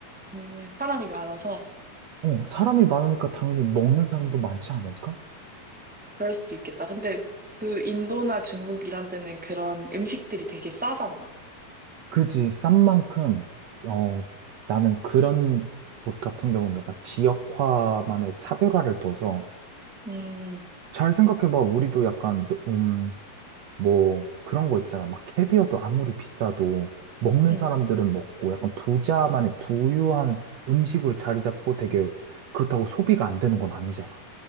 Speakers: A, in the centre; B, on the right.
A: 음, 사람이 많아서
B: 어, 사람이 많으니까 당연히 먹는 사람도 많지 않을까?
A: 그럴 수도 있겠다. 근데 그 인도나 중국 이런 데는 그런 음식들이 되게 싸잖아.
B: 그지, 싼 만큼, 어, 나는 그런 곳 같은 경우는 약간 지역화만의 차별화를 둬서
A: 음,
B: 잘 생각해봐. 우리도 약간, 음, 뭐, 그런 거 있잖아. 막 캐비어도 아무리 비싸도 먹는
A: 음,
B: 사람들은 먹고 약간 부자만의 부유한 음식으로 자리 잡고 되게 그렇다고 소비가 안 되는 건 아니잖아.